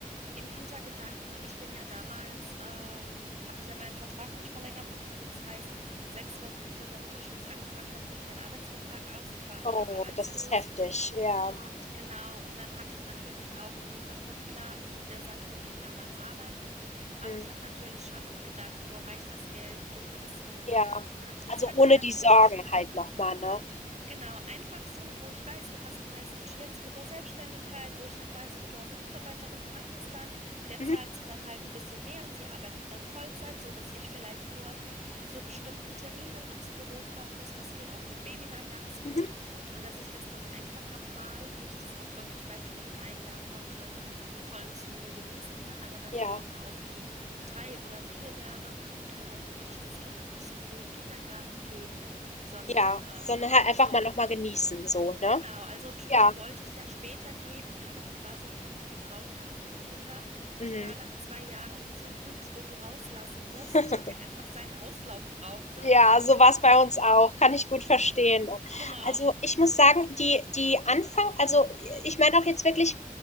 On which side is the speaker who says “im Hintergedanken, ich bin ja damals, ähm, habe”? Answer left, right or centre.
Right